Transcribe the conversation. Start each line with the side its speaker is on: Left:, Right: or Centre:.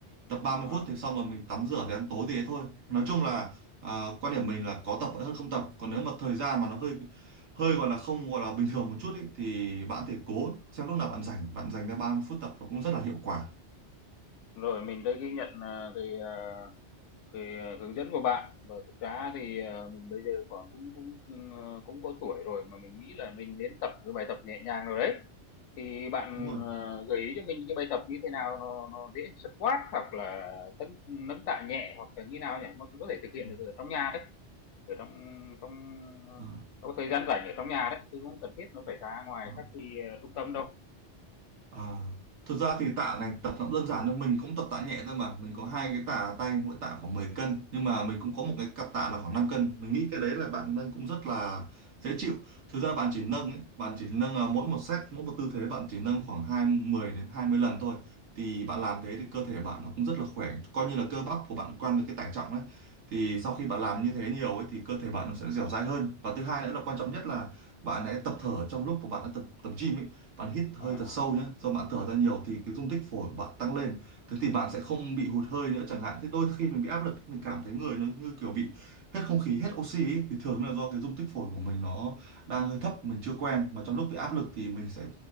Right: tập ba
Left: Ờ,
Right: mươi phút thì xong rồi mình tắm rửa thì ăn tối thì thế thôi nói chung là ờ, quan điểm mình là có tập vẫn hơn không tập còn nếu mà thời gian mà nó hơi hơi gọi là không gọi là bình thường một chút ý, thì bạn thì cố xem lúc nào bạn rảnh bạn dành ra 30 phút tập nó cũng rất là hiệu quả
Left: rồi mình đây ghi nhận, à, cái, à, cái, à, hướng dẫn của bạn và thực ra thì, ờ, mình bây giờ khoảng cũng cũng, ừm, ờ, cũng có tuổi rồi mà mình nghĩ là mình nên tập cái bài tập nhẹ nhàng rồi đấy. Thì bạn,
Right: đúng rồi
Left: ờ, gợi ý cho mình cái bài tập như thế nào nó nó dễ squat hoặc là tấn nâng tạ nhẹ hoặc là như nào nhỉ? Mà có thể thực hiện
Right: Ừ.
Left: được ở trong nhà đấy. ở trong trong
Right: À,
Left: trong thời gian rảnh ở trong nhà đấy chứ không cần thiết nó phải ra ngoài
Right: à,
Left: các cái ờ, trung tâm đâu
Right: à. Thực ra thì tạ này tập nó cũng đơn giản thôi mình cũng tập tạ nhẹ thôi mà mình có hai cái tạ tay mỗi tạ khoảng mười cân nhưng mà mình cũng có một cái cặp tạ là khoảng năm cân mình nghĩ cái đấy là bạn nâng cũng rất là dễ chịu thực ra bạn chỉ nâng ấy, bạn chỉ nâng à, mỗi một set mỗi một tư thế bạn chỉ nâng khoảng hai 10 đến 20 lần thôi thì bạn làm thế thì cơ thể bạn nó cũng rất là khỏe coi như là cơ bắp của bạn quen với cái tải trọng ấy thì sau khi bạn làm như thế nhiều ấy thì cơ thể bạn nó sẽ dẻo dai hơn và thứ hai nữa là quan trọng nhất là bạn hãy tập thở trong lúc mà bạn đã tập tập gym ấy bạn hít hơi
Left: à, à.
Right: thật sâu nhé do bạn thở ra nhiều thì cái dung tích phổi bạn tăng lên thế thì bạn sẽ không bị hụt hơi nữa chẳng hạn thế đôi khi mình bị áp lực mình cảm thấy người nó như kiểu bị hết không khí hết oxy ý, thì thường là do cái dung tích phổi của mình nó đang hơi thấp mình chưa quen mà trong lúc bị áp lực thì mình sẽ